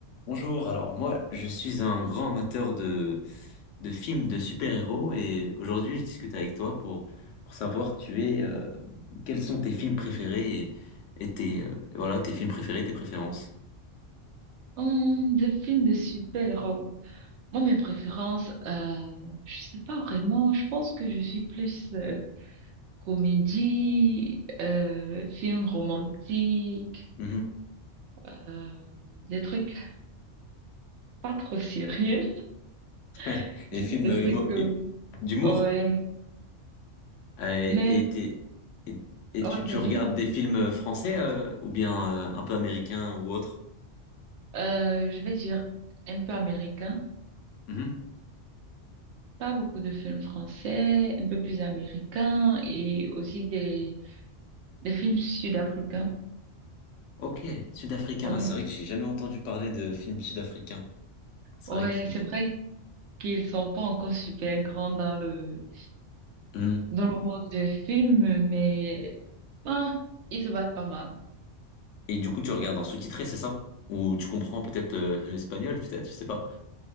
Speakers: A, on the left; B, on the right.
A: Bonjour, alors moi je suis un grand amateur de, de films de super-héros et aujourd'hui je discute avec toi pour, pour savoir tu es, euh, quels sont tes films préférés et, et tes, euh, voilà, tes films préférés, tes préférences.
B: Hum, des films de super-héros. Moi, mes préférences, euh, je sais pas vraiment. Je pense que je suis plus euh, comédie, euh, film romantique,
A: Mhm.
B: euh, des trucs pas trop sérieux.
A: <laughs>
B: <laughs>
A: Les
B: Juste
A: films
B: des
A: euh,
B: trucs.
A: humo-
B: euh,
A: hu- d'humour.
B: ouais.
A: Euh,
B: Mais
A: Et, t'es- et- et tu,
B: ouais,
A: tu
B: vas-y.
A: regardes des films français euh, ou bien euh, un peu américains ou autres?
B: Euh, je vais dire un peu américain.
A: Mhm.
B: Pas beaucoup de films français, un peu plus américain et aussi des des films sud-africains.
A: Ok, sud-africain,
B: Ouais.
A: c'est vrai que j'ai jamais entendu parler de films sud-africains. C'est
B: Ouais,
A: vrai que...
B: c'est vrai qu'ils sont pas encore super grands dans le
A: Hmm.
B: dans le monde des films, mais ah, ils se battent pas mal.
A: Et du coup, tu regardes en sous-titré, c'est ça? Ou tu comprends peut-être le- l'espagnol, peut-être, je sais pas.